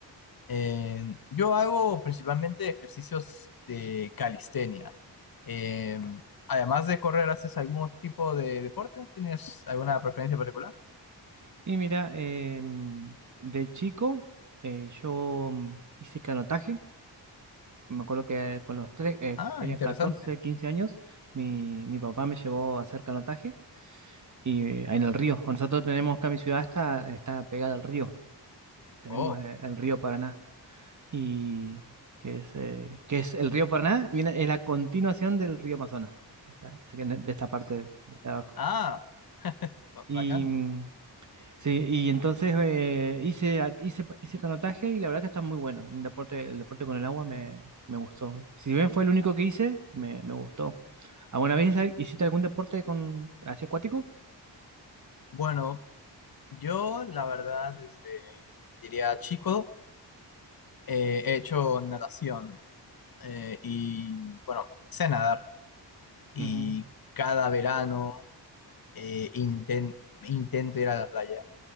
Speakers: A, on the left; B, on the right.
A: Eh, yo hago principalmente ejercicios de calistenia. Eh, además de correr, ¿haces algún tipo de deporte? ¿Tienes alguna preferencia particular?
B: Y mira, em, de chico eh, yo mm, hice canotaje, Me acuerdo que con los tres, eh,
A: Ah,
B: tenía
A: interesante.
B: 14, 15 años, mi, mi papá me llevó a hacer canotaje y eh, en el río. Nosotros tenemos acá mi ciudad está, está pegada al río. Tenemos
A: Oh,
B: eh, el río Paraná. Y que es, eh, que es el río Paraná, viene, es la continuación del río Amazonas, o sea, de esta parte de de abajo.
A: ah, <laughs> oh,
B: Y
A: bacán.
B: mm, Sí, y entonces eh, hice, a- hice, hice canotaje y la verdad que está muy bueno. Un deporte, el deporte con el agua me, me gustó. Si bien fue el único que hice, me, me gustó. ¿Alguna vez ha- hiciste algún deporte con así acuático?
A: Bueno, yo la verdad desde, diría chico, eh, he hecho natación. eh, y bueno, sé nadar y
B: Ujú.
A: cada verano eh, inten- intento ir a la playa.